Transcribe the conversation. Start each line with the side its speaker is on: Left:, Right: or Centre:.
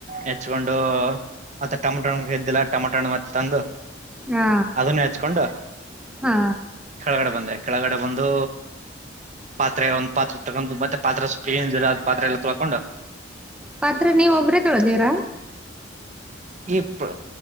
Right: ಹೆಚ್ಕೊಂಡು ಮತ್ತೆ ಟಮಾಟೋಗೆದ್ದಿಲ್ಲ ಟಮಾಟೋಣ ಮತ್ತು ತಂದು
Centre: ಹಾ
Right: ಅದನ್ನ ಹೆಚ್ಕೊಂಡು
Centre: ಹಾ
Right: ಕೆಳಗಡೆ ಬಂದೆ ಕೆಳಗಡೆ ಬಂದು ಪಾತ್ರೆ ಒಂದ್ ಪಾತ್ರೆ ತಗೊಂಡು ಮತ್ತೆ ಪಾತ್ರೆ ಸೊಪ್ಪ ಏನ ಇದಿಲ್ಲ ಅ ಪಾತ್ರೆ ಎಲ್ಲ ತೊಳ್ಕೊಂಡು
Centre: ಪಾತ್ರ ನೀವು ಒಬ್ರೇ ತೊಳ್ದಿರಾ
Right: ಇತ್ತು